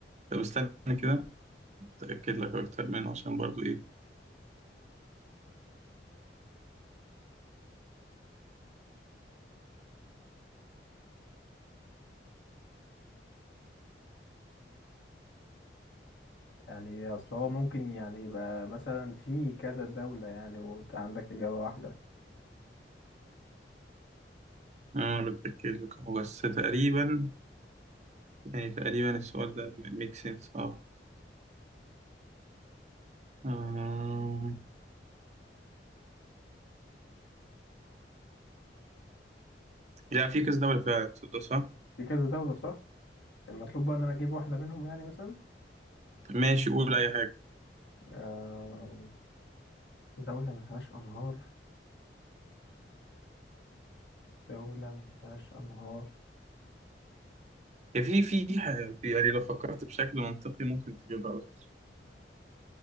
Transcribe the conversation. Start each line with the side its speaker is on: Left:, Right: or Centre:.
Right: طب استنى كده اتأكد لك اكتر منه عشان برضو ايه
Left: يعني أصل هو ممكن يعني يبقى مثلا في كذا دولة يعني وأنت عندك إجابة واحدة
Right: آه، انا بتأكد لك هو بس تقريبا يعني تقريبا السؤال ده ميك سنس اه آه. لا في كذا دولة فعلا تصدق صح؟
Left: في كذا دولة صح المطلوب بقى إن أنا أجيب واحدة منهم يعني مثلا
Right: ماشي قول أي حاجة
Left: آه، دولة ما فيهاش أنهار دولة ما فيهاش أنهار
Right: هي في في ح- في يعني لو فكرت بشكل منطقي ممكن تجيبها على فكرة